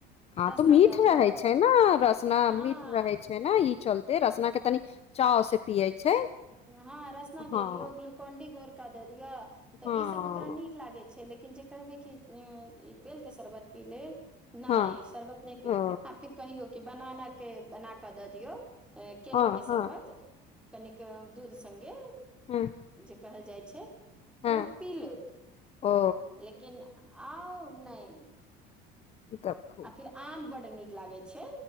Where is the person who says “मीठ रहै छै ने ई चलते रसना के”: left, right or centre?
Left